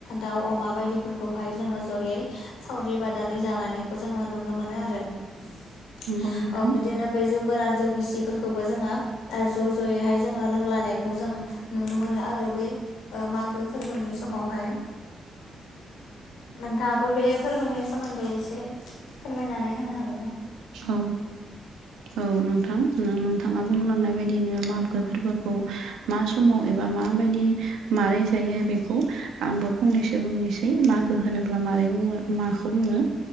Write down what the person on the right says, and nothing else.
नंगौ नोंथां
औ औ नोंथां नो-नोंथाङा बुंलांनाय बायदिनो माबो फोरबोखौ मा समाव एबा माबायदि माबोरै जायो बेखौ आंबो फंनैसो बुंनोसै मागो होनोब्ला मोरै बुङो माखौ बुङो